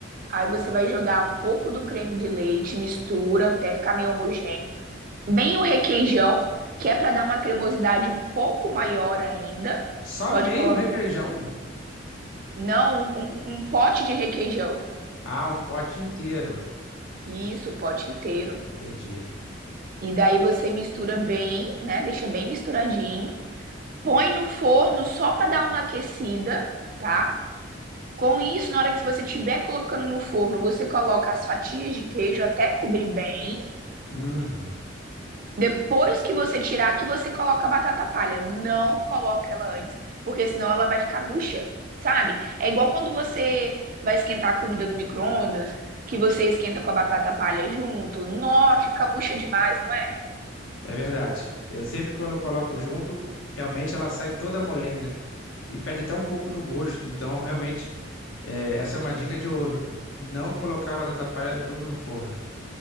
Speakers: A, on the right; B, on the left.
A: aí você vai jogar um pouco do creme de leite, mistura até ficar meio homogêneo. Bem o requeijão, que é para dar uma cremosidade um pouco maior ainda.
B: Só
A: Pode
B: meio
A: colocar,
B: requeijão?
A: não, um, um pote de requeijão.
B: Ah, um pote inteiro.
A: Isso, o pote inteiro.
B: Entendi.
A: E daí você mistura bem, né? Deixa bem misturadinho. põe no forno só para dar uma aquecida, tá? Com isso, na hora que você estiver colocando no forno, você coloca as fatias de queijo até cobrir bem.
B: Uhum.
A: Depois que você tirar, que você coloca a batata palha. Não coloca ela antes, porque senão ela vai ficar murcha, sabe? É igual quando você vai esquentar a comida no micro-ondas, que você esquenta com a batata palha junto. Nó, fica murcha demais, não é?
B: É verdade. Eu sempre quando coloco junto, realmente ela sai toda molenga e perde até um pouco do gosto. Então, realmente, é, essa é uma dica de ouro. Não colocar a batata palha junto no forno.